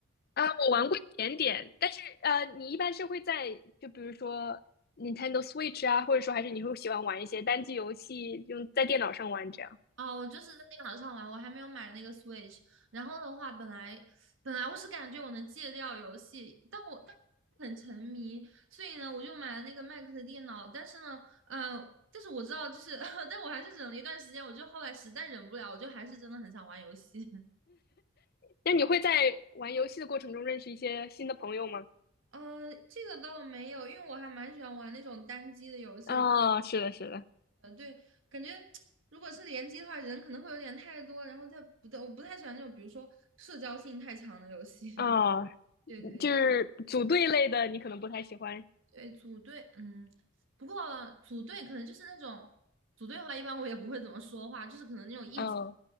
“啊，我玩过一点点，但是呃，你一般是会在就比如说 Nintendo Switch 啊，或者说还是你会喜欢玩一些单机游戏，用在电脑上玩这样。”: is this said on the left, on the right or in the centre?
Left